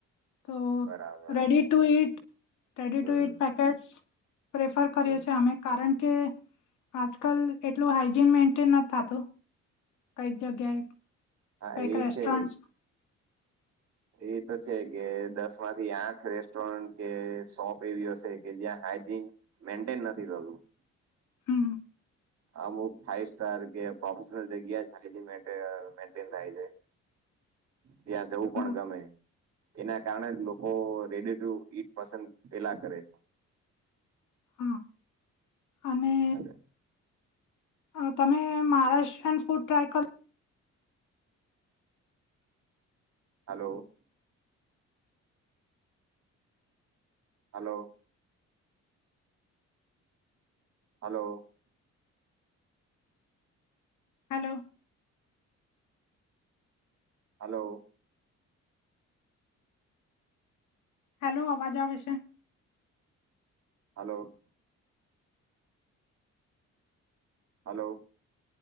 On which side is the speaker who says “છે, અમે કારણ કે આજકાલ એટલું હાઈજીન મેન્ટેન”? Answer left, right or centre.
Left